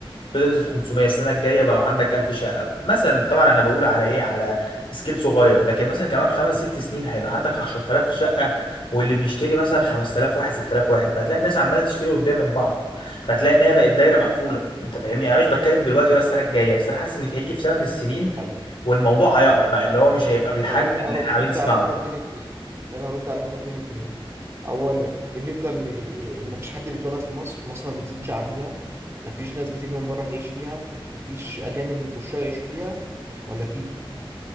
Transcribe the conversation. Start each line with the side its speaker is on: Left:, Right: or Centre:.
Left: فضلت 500 السنه الجايه بقى عندك 1000 شقه مثلا طبعا انا بقول على ايه على سكيل صغير لكن مثلا كمان خمس ست سنين هيبقى عندك 10000 شقه واللي بيشتري مثلا 5000 واحد 6000 واحد فهتلاقي الناس عماله تشتري وتبيع من بعض فهتلاقي ان هي بقت دايره مقفوله انت فاهمني يعني انا مش بتكلم دلوقتي ولا السنه الجايه بس انا حاسس ان في هيجي في سنه من السنين
Right: حلو.
Left: والموضوع هيقف بقى اللي هو مش هيبقى بالحجم
Right: خليني ارد
Left: اللي احنا عايزين نسمعه
Right: عليك ردين اتنين خليني ارد عليك ردين اتنين اولا بنفضل ن- مفيش حد بيتولد في مصر مصر ما بتزيدش عددها مفيش ناس بتيجي من بره تعيش فيها مفيش اجانب بيخشوا يعيشوا فيها ولا فيه